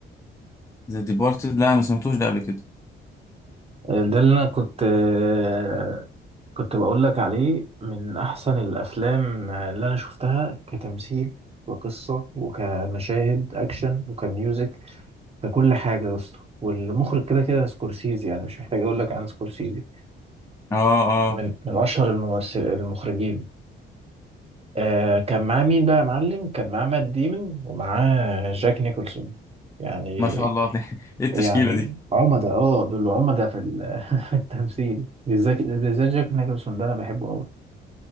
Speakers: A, on the left; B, on the right.
A: ذا ديبارتد لا أنا ما سمعتوش ده قبل كده
B: ده اللي انا كنت آه، كنت بقول لك عليه من احسن الافلام اللي انا شفتها كتمثيل وقصة وكمشاهد اكشن وكميوزك ككل حاجة يا اسطى والمخرج كده كده سكورسيزي يعني مش محتاج اقول لك عن سكورسيزي
A: اه اه
B: من من اشهر الممثل المخرجين آه كان معاه مين بقى يا معلم كان معاه مات ديمون ومعاه جاك نيكولسون يعني
A: ما شاء الله <laughs> ايه التشكيله
B: يعني
A: دي
B: عمدة اه دول عمدة في ال- <laughs> في التمثيل بالذات بالذات جاك نيكلسون ده انا بحبه قوي